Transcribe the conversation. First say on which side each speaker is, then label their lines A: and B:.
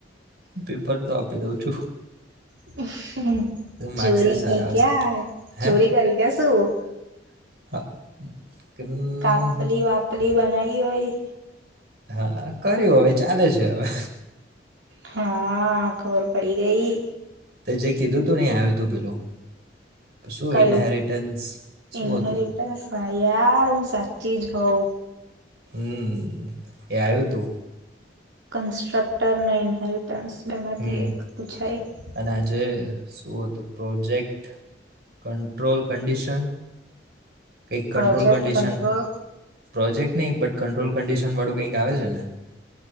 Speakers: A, on the right (about 55°); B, on the right (about 85°).
A: પેપર તો આપી દઉં છું.
B: <inaudible> હમ્મ. ચોરી
A: માર્ક્સ એ સારા
B: કી ક્યા?
A: આવશે હે
B: ચોરી કરે કે શું? <inaudible>
A: <inaudible> હમ,
B: કાપલી વાપલ લી બનાઈ હોય
A: હા કર્યું હવે ચાલે છે હવે.
B: હા, ખબર પડી ગઈ.
A: તે જે કીધું તું ને એ આયું તું પેલું. શું
B: કયું
A: ઇન્હેરિટેન્સ, શું
B: ઇન્હેરિટન્સ
A: હતું?
B: યાર, હું સાચી જ હોવ.
A: હમ્મ, એ આયું તું.
B: કન્સ્ટ્રક્ટર <unintelligible> ટ્રન્સ બે માંથી
A: હમ
B: એક પૂછાઈ.
A: અને આજે શું હતું? Project control condition. કંઈક control
B: project
A: condition
B: control
A: project નહીં, બટ કંટ્રોલ કંડિશન વાળું કંઈક આવે છે ને?